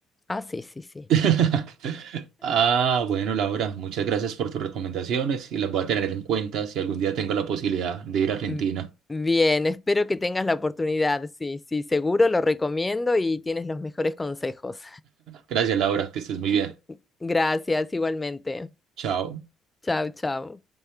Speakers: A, on the left (about 15°); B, on the right (about 75°).
A: Ah, sí, sí, sí.
B: <laughs> Ah, bueno, Laura, muchas gracias por tus recomendaciones y las voy a tener en cuenta si algún día tengo la posibilidad de ir a Argentina.
A: M- Bien, espero que tengas la oportunidad. Sí, sí, seguro lo recomiendo y tienes los mejores consejos.
B: Gracias, Laura, que estés muy bien.
A: <laughs> Gracias, igualmente.
B: Chao.
A: Chao, chao.